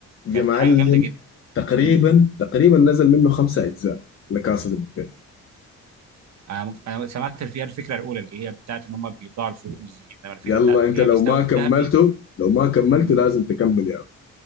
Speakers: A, on the left (about 45°); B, on the right (about 60°).
A: يا
B: كانت
A: معلم
B: حاجه جامده جدا
A: تقريبا
B: مم.
A: تقريبا نزل منه خمسة أجزاء لكاسا دي بابيل
B: انا ممكن- أنا سمعت فيها الفكره الاولى اللي هي بتاعت ان هم بيضاعوا الفلوس دي انما الفكره
A: يلا
B: بتاعت اللي
A: أنت لو
B: هي بيستوي
A: ما
B: الذهب
A: كملته
B: دي
A: لو ما كملته
B: مم.
A: لازم تكمل يا عم